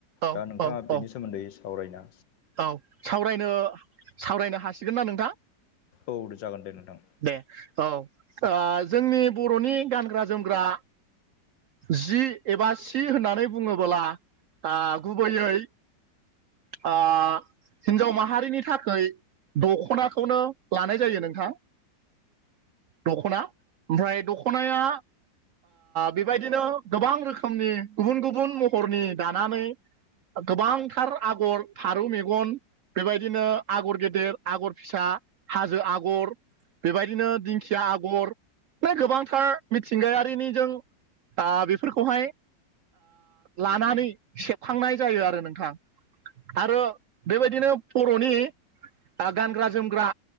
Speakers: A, on the right; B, on the left.
A: औ
B: दा नोंथाङा
A: औ
B: बेनि
A: औ
B: सोमोन्दै सावरायनो
A: औ सावरायनो सावरायनो हासिगोन ना नोंथां
B: औ दे जागोन दे नोंथां
A: दे औ जोंनि बर'नि गानग्रा जोमग्रा जि एबा सि होननानै बुङोबोला गुबैयै ओ हिनजाव माहारिनि थाखाय दख'नाखौनो लानाय जायो नोंथां दख'ना ओमफ्राय दख'नाया बेबायदिनो गोबां रोखोमनि गुबुन गुबुन महरनि दानानै गोबांथार आगर फारौ मेगन बेबायदिनो आगर गेदेर आगर फिसा हाजो आगर बेबायदिनो दिंखिया आगर फ्राय गोबांथार मिथिंगायारिनि जों दा बेफोरखौहाय लानानै सेबखांनाय जायो आरो नोंथां आरो बेबायदिनो बर'नि गानग्रा जोमग्रा